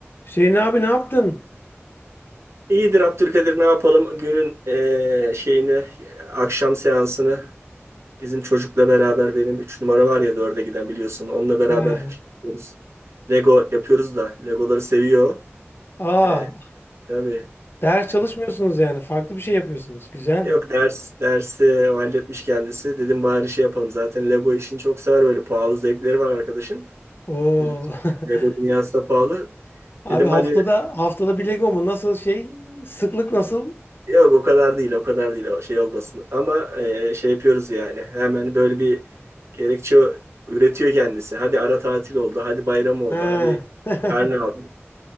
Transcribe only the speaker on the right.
İyidir Abdülkadir ne yapalım günün eee, şeyini akşam seansını bizim çocukla beraber benim 3 numara var ya 4'e giden biliyorsun onunla beraber
şey yapıyoruz. Lego yapıyoruz da Legoları seviyor.
Eee tabii.
Yok ders dersi o halletmiş kendisi. Dedim bari şey yapalım. Zaten Lego işini çok sever böyle pahalı zevkleri var arkadaşın.
Biliyorsun,
Lego dünyası da pahalı.
Dedim
hadi
Yok o kadar değil, o kadar değil. o Şey olmasın. Ama e, şey yapıyoruz yani. Hemen böyle bir gerekçe üretiyor kendisi. Hadi ara tatil oldu, hadi bayram oldu,
hadi
karne aldı.